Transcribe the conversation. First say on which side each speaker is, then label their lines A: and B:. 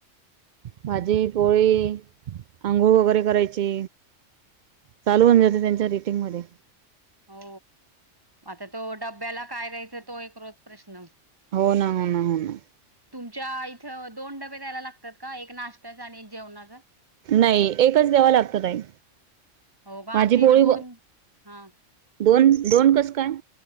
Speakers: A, on the right; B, on the right.
A: भाजी पोळी अंघोळ वगैरे करायची चालू होऊन जाते त्यांच्या रीटिंग मध्ये
B: हो आता तो डब्याला काय द्यायचं तो एक रोज प्रश्न
A: हो ना हो ना हो ना
B: तुमच्याअ इथं दोन डबे द्यायला लागतात का एक नाशत्याचा आणि एक जेवणाचा
A: नाई एकच द्यावा लागतो ताई
B: हो बा
A: भाजी
B: आमच्या
A: पोळी
B: इथ दोन हा
A: दोन दोन कसं काय?